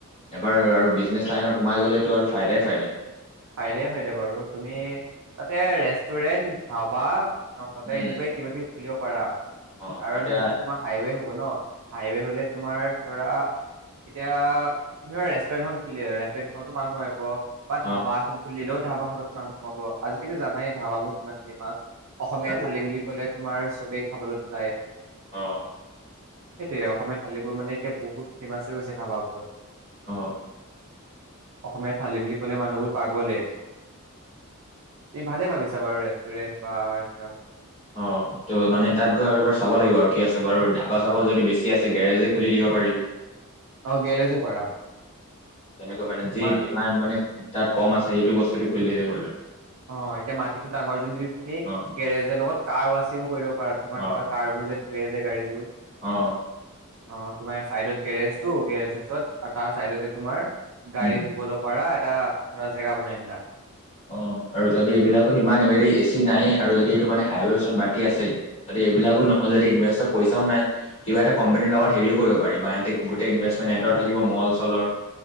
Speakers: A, on the left (about 25°); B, on the right (about 75°).
A: এবাৰ আৰু বিজনেছ লাইনত সোমাই গ'লেতো আৰু ফাইদাই ফাইদা।
B: ফাইদাই ফাইদা বাৰু তুমি তাতে ৰেষ্টুৰেণ্ট ধাবা। নহ'লে
A: উম
B: এনেকুৱায়ে কিবা কিবি। খুলিব পাৰা
A: অ
B: কাৰণ
A: এতিয়া
B: সেইটো তোমাৰ হাইৱে হ'ব। হ'ব ন। হাইৱে হ'লে তোমাৰ ধৰা। এতিয়া তুমি ধৰা ৰেষ্টুৰেণ্টখন খুলিলা ৰেষ্টুৰেণ্টখনতো মানুহ আহিব। বা
A: অ
B: ধাবা খুলিলেও ধাবা হতত মানুহ সোমাব আজিকালি জানাই ধাবোৰ কিমান ফেমাচ। অসমীয়া
A: তাকেতো।
B: থালি বুলি ক'লে। তোমাৰ চবেই খাবলৈতো যায়ে
A: আহ
B: সেইটোৱে অসমীয়া থালিবোৰ মানে এতিয়া বহুত ফেমাচ হৈ গৈছে ধাবাবোৰত।
A: অ
B: অসমীয়া থালি বুলি ক'লে মানুহবোৰ। পাগলে তুমি ভালে ভাবিছা বাৰু ৰেষ্টুৰেন্ট বা এনেকাবোৰ।
A: অ ত' মানে তাত গৈ আৰু এবাৰ চাব লাগিব আৰু কি আছে বাৰু ধাবা চাবাও যদি বেছি আছে গেৰেজে খুলি দিব পাৰি।
B: অ গেৰেজো পাৰা।
A: তেনেকৈ মানে যি
B: তোমাৰ
A: ডিমাণ্ড মানে। তাত কম আছে সেইটো বস্তুটো খুলি দিলেই হ'ল আৰু।
B: অ এতিয়া মাটিটো ডাঙৰ যদি তুমি
A: অ
B: গেৰেজৰ লগত কাৰ ৱাছিংও কৰি দিব পাৰা তোমাৰ
A: অ
B: ধৰা কাৰবোৰ যে ধুৱে যে গাড়ীবোৰ।
A: অ
B: অ তোমাৰ চাইডত গেৰেজটো গেৰেজ ওচৰত তাৰ চাইডত যে তোমাৰ। গাড়ী
A: উম
B: ধুবলৈ পাৰা এটা। ধৰা জেগা বনাই দিলা।
A: অ আৰু যদি এইবিলাকো
B: ঠিক আছে।
A: সিমানেৰি এ চি নাই আৰু যদি এইটো মানে হাইৱেৰ ওচৰত বা। আছে। এইবিলাকো
B: উম
A: নহ'লে ইনভেষ্ট পইচাও নাই। কিবা এটা কোম্পানীৰ
B: উম
A: লগত হেৰিও কৰিব পাৰি বা এহতে গোটেই ইনভেষ্টমেণ্ট এহেতৰ থাকিব মল চলৰ